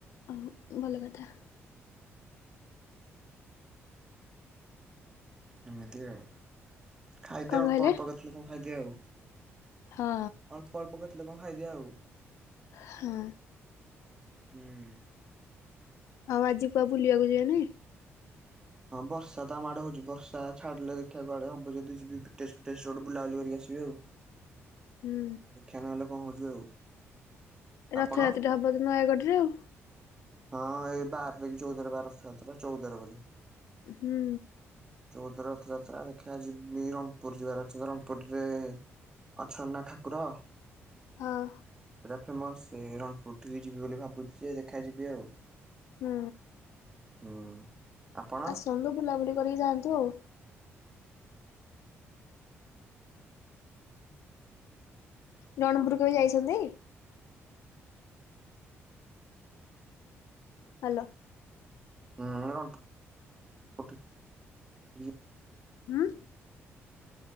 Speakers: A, on the left (about 80°); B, on the right (about 15°).
A: ଅ ଭଲ କଥା।
B: ଏମିତି ଆଉ ଖାଇଦିଏ
A: କଣ
B: ଅଳ୍ପ
A: କହିଲେ
B: ଅଳ୍ପ କେ ଲୋକଙ୍କୁ ଖାଇଦିଏ ଆଉ।
A: ହଁ
B: ଅଳ୍ପ ଅଳ୍ପ କେତେ ଲୋକ କଣ ଖାଇଦିଏ ଆଉ।
A: ହଁ।
B: ହୁଁ।
A: ଆଉ ଆଜି କୁଆ ବୁଲିବାକୁ ଯିବେ ନାଇଁ?
B: ହଁ ବର୍ଷା ତ ଆମଆଡେ ହଉଛି ବର୍ଷା ଛାଡିଲେ ଦେଖିବା କୁଆଡେ ହବ ଯଦ ଯିବି ତେଜ ତେଜ <unintelligible> ବୁଲାବୁଲି କରିକ ଆ <unintelligible>
A: ହୁଁ
B: ଦେଖିଆ ନହେଲେ କଣ ହଉଚି ଆଉ।
A: ରଥଯାତ୍ରାଟି
B: ଆପଣ?
A: ହବ ଯଦି ନୟାଗଡ଼ ରେ ଆଉ।
B: ହଁ ଏଇ ବାର କି ଚଉଦରେ ବା ରଥଯାତ୍ରା ଚଉଦରେ ବୋଧେ।
A: ହୁଁ।
B: ଚଉଦରେ ରଥଯାତ୍ରା ଦେଖିବା, ଯିବି ରଣପୁର ଯିବାର ଅଛି ରଣପୁରରେ ଅଛନ୍ନା ଠାକୁର,
A: ହଁ
B: ପରା ଫେମସ ସେ ରଣ ଉଠିଲି ଯିବି ବୋଲି ଭାବୁଛି ଯେ, ଦେଖାଯିବି ଆଉ।
A: ହୁଁ।
B: ହୁଁ। ଆପଣ
A: ଆସନ୍ତୁ ବୁଲାବୁଲି କରିକି ଯାଆନ୍ତୁ ଆଉ। ରଣପୁର କେବେ ଯାଇଛନ୍ତି? ହାଲୋ।
B: ହୁଁ <unintelligible>
A: ହୁଁ।